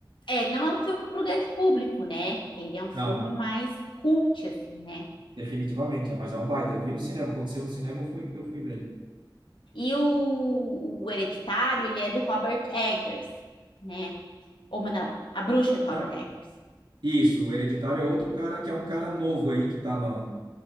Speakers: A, on the left (about 80°); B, on the right (about 75°).
A: É, ele não é um filme para o grande público, né? Ele é um filme
B: Não, não.
A: mais cult, assim, né?
B: Definitivamente, é, mas é um baita. Eu vi no cinema, aconteceu no cinema, eu fui, eu fui ver ele.
A: E o, o Hereditário, ele é do Robert Eggers, né? Ou melhor, a bruxa do Robert
B: Não,
A: Eggers.
B: isso, o Hereditário é outro cara que é um cara novo aí que tá na,